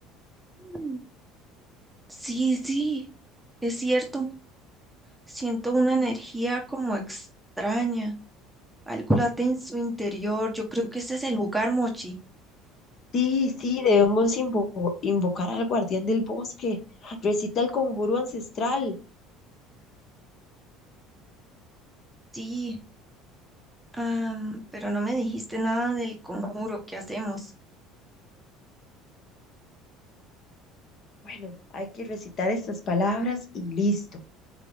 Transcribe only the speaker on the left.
Sí, sí, debemos invo- invocar al guardián del bosque. Recita el conjuro ancestral.
Bueno, hay que recitar estas palabras y listo.